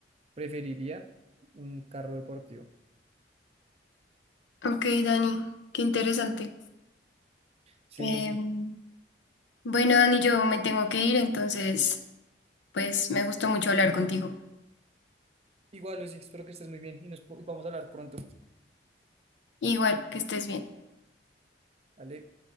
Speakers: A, on the right; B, on the left.
A: preferiría un carro deportivo.
B: Ok, Dani, qué interesante.
A: Sí,
B: Em,
A: Lucy.
B: Bueno, Dani, yo me tengo que ir, entonces, pues me gustó mucho hablar contigo.
A: Igual, Lucy, espero que estés muy bien y nos po- y vamos a hablar pronto.
B: Igual, que estés bien.
A: ¿Vale?